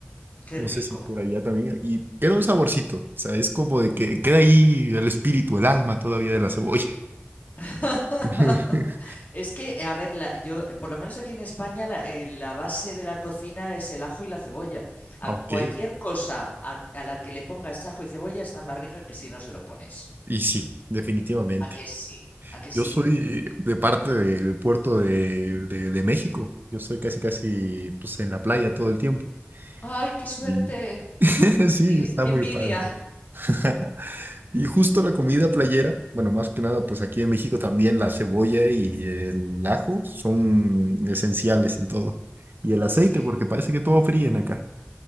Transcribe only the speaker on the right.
No
sé si por allá también. Y queda un saborcito, ¿sabes? Como de que queda ahí el espíritu, el alma todavía de la cebolla.
<laughs>
Ok,
y sí, definitivamente.
Yo soy de parte del puerto de, de, de México. Yo soy casi, casi, pues en la playa todo el tiempo.
Y <laughs> sí,
está
muy
padre. <laughs> Y justo la comida playera, bueno, más que nada, pues aquí en México también la cebolla y el ajo son esenciales en todo. Y el aceite,
porque parece que todo fríen acá.